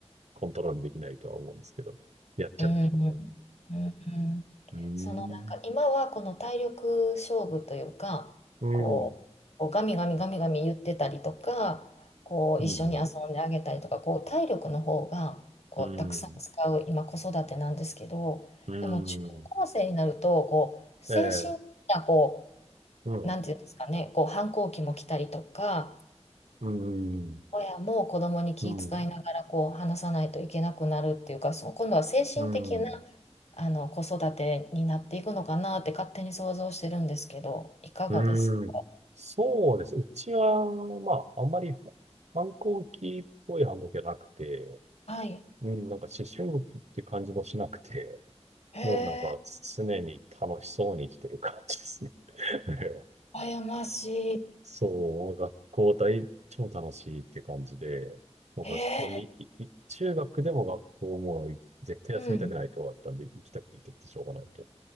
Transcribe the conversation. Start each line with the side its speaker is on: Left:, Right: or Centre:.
Right: コントロールできないとは思うんですけど、やっちゃうんでしょうね。
Left: うん、うん、うん。
Right: うん。う
Left: そのなんか今はこの体力勝負というかこう、
Right: ん。うん。
Left: こうガミガミガミガミ言ってたりとかこう一緒に遊んであげたりとかこう体力の方がこうたくさん使う今子育てなんですけどでも中高生になるとこう精神的なこ
Right: うん。うん。うん。ええ。うん。
Left: うなんていうんですかねこう反抗期も来たりとか
Right: うん。
Left: 親も子供に気遣いながらこう話さないといけなくなるっていうかその今度は精神的な
Right: うん。うん。
Left: あの、子育てになっていくのかなって勝手に想像してるんですけど、いかがですか
Right: うん。そうです。うちは、まあ、あんまり反抗期っぽい反抗期はなくて、
Left: はい。
Right: うん、なんか思春期って感じもしなくて、
Left: へ
Right: もうなんか常に楽しそうに生きてる感じですね。
Left: え、
Right: <laughs>
Left: 羨ましい。
Right: そう、学校大、超楽しいって感じで、もう学校に、
Left: へえ、
Right: いい中学でも学校もう絶対休みたくないと終わったんで、
Left: うん。
Right: 行きたくて行きたくてしょうがないと。